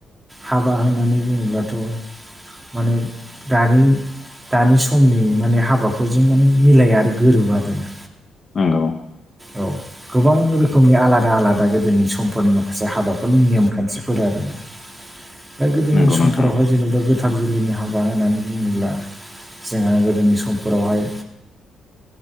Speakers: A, on the right; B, on the left.
A: हाबा होनानै बुङोब्लाथ' माने दानि दानि समनि माने हाबाफोरजों माने मिलाया आरो गोरोबा आरोना।
B: नंगौ।
A: औ गोबां रोखोमनि आलादा आलादा गोदोनि समफोरनि माखासे हाबा बेनि नेम खान्थिफोर आरोना मा गोदोनि
B: नंगौ
A: समफोरावहाय
B: नोंथां
A: जेनेबा गोथाव जुलिनि हाबा होननानै बुङोब्ला जोंहा गोदोनि समफोरावहाय